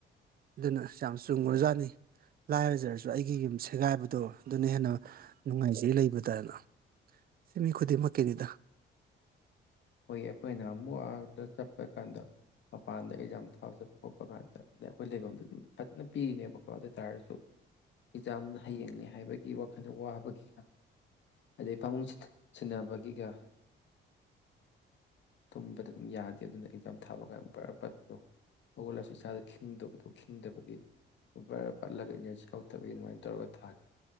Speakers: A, on the right; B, on the left.
A: ꯑꯗꯨꯅ ꯌꯥꯝ ꯆꯨꯝꯒꯔꯖꯥꯠꯅꯤ ꯂꯥꯏꯔꯖꯔꯖꯨ ꯑꯩꯒꯤ ꯌꯨꯝꯁꯦ꯫ ꯁꯦꯒꯥꯏꯕꯗꯣ ꯑꯗꯨꯅ ꯍꯦꯟꯅ ꯅꯨꯡꯉꯥꯏꯖꯩ ꯂꯩꯕꯗꯅ ꯁꯤ ꯃꯤ ꯈꯨꯗꯤꯡꯃꯛꯀꯤꯅꯤꯗ꯫
B: ꯍꯣꯏ ꯑꯩꯈꯣꯏꯅ ꯑꯃꯨꯛ ꯑꯗ ꯆꯠꯄ ꯀꯥꯟꯗ ꯃꯄꯥꯟꯗ ꯑꯦꯛꯖꯥꯝ ꯊꯥ ꯆꯠꯄ ꯈꯣꯠꯄ ꯀꯥꯟꯗ ꯑꯗꯩ ꯑꯩꯈꯣꯏ ꯂꯩꯐꯝꯗ ꯑꯗꯨꯝ ꯐꯖꯅ ꯄꯤꯔꯤꯅꯦꯕꯀꯣ ꯑꯗꯨ ꯑꯣꯏ ꯇꯥꯔꯁꯨ ꯑꯦꯛꯖꯥꯝ ꯍꯌꯦꯡꯅꯦ ꯍꯥꯏꯕꯒꯤ ꯋꯥꯈꯜꯗ ꯋꯥꯕꯒꯤꯒ ꯑꯗꯩ ꯐꯃꯨꯡ ꯁꯤꯟꯅꯕꯒꯤꯒ ꯇꯨꯝꯕꯗ ꯑꯗꯨꯝ ꯌꯥꯗꯦ ꯑꯗꯨꯅ ꯑꯦꯛꯖꯥꯝ ꯊꯥꯕ ꯀꯥꯟꯗ ꯕꯔꯥ ꯄꯠꯄꯗꯣ ꯍꯧꯒꯠꯂꯁꯨ ꯏꯁꯥꯗ ꯈꯤꯗꯕꯗꯣ ꯈꯤꯡꯗꯕꯒꯤ ꯕꯔꯥ ꯄꯠꯂꯒ ꯏꯅꯔꯖꯤ ꯌꯥꯎꯗꯕꯒꯤ ꯑꯗꯨꯃꯥꯏꯅ ꯇꯧꯔꯒ ꯊꯥꯈꯤ